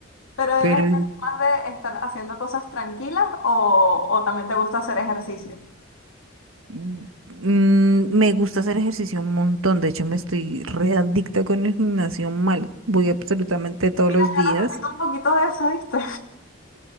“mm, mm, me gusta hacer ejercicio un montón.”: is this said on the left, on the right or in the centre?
Right